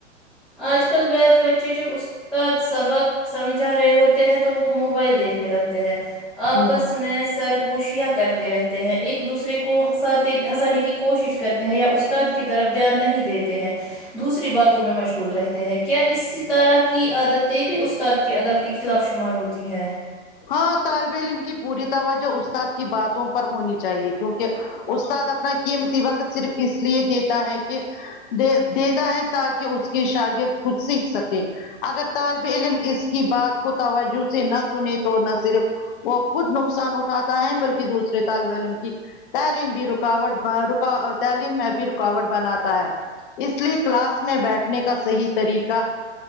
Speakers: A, in the centre; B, on the left.
A: آج کل بعض بچے جب استاد سبق سمجھا رہے ہوتے ہیں تو وہ موبائل دیکھنے لگتے ہیں آپس
B: ہوں ہ
A: میں سرگوشیاں کرتے رہتے ہیں ایک دوسرے کو ہنساتے ہنسانے کی کوشش کرتے ہیں یا استاد کے کی طرف دھیان نہیں دیتے ہیں دوسری باتوں میں مشغول رہتے ہیں کیا اسی طرح کی عادتیں بھی استاد کے ادب کے خلاف شمار ہوتی ہے
B: ہاں طالب علم کی پوری توجہ استاد کی باتوں پر ہونی چاہیے کیونکہ استاد اپنا قیمتی وقت صرف اس لیے دیتا ہے کہ د دیتا ہے تاکہ اس کے شاگرد کچھ سیکھ سکے اگر طالب علم اس کی بات کو توجہ سے نہ سنے تو نہ صرف وہ خود نقصان اٹھاتا ہے بلکہ دوسرے طالب علم کی تعلیم بھی رکاوٹ تعلیم میں بھی رکاوٹ بناتا ہے اس لیے کلاس میں بیٹھنے کا صحیح طریقہ